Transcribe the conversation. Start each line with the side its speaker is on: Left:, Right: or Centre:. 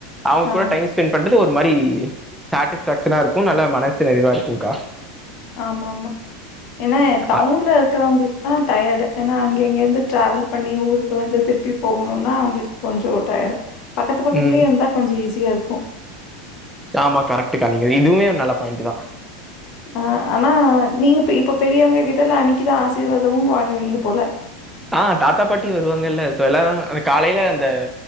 Centre: அவுங்கூட
Left: ஆ
Centre: டைம் ஸ்பெண்ட் பண்றது ஒரு மாறி சாட்டிஸ் ஃபேஷனா இருக்கும் நல்லா மனசு நிறைவா இருக்குங்க்கா
Left: ஆமா ஆமா ஏன்னா டவுன்ல
Centre: ஆ,
Left: இருக்கறவங்களுக் குதா டயர்டு ஏன்னா அங்க இங்க இருந்து டிராவல் பண்ணி ஊருக்கு வந்து திருப்பி போகணுன்னா அவங்களுக்கு கொஞ்சோ டயர்டு பக்கத்து பக்கத்துலயே
Centre: ம்
Left: இருந்தா கொஞ்சோ ஈஸியா இருக்கும்
Centre: ஆமா கரெக்ட்டுக்கா நீங்க இதுமே நல்ல பாயிண்ட் தா
Left: அ ஆனா நீங்க இப்ப பெரியவங்க கிட்டல்லா அன்னைக்குதா ஆசீர்வாதமும் வாங்குவீங்க போல
Centre: ஆ தாத்தா பாட்டி வருவாங்க இல்ல சோ எல்லாரும் அந்த காலைல அந்த